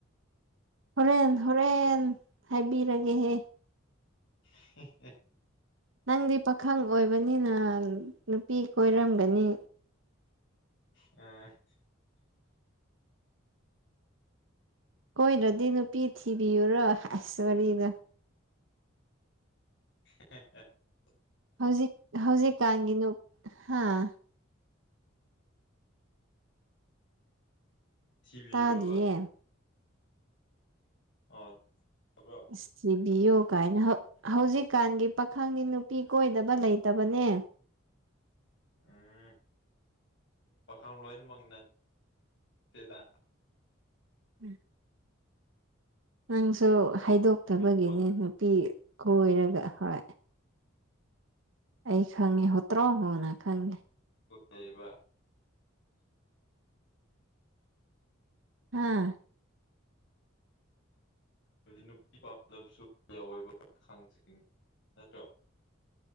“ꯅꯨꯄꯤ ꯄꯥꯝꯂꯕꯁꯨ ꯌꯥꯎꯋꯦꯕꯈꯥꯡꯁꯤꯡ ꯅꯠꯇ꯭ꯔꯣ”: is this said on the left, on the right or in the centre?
Left